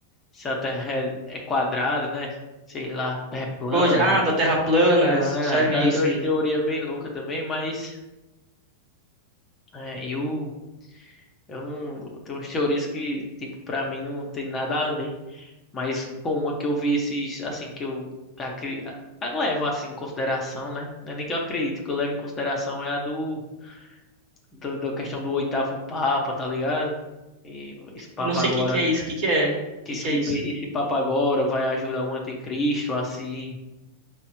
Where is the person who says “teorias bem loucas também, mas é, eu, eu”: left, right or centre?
Left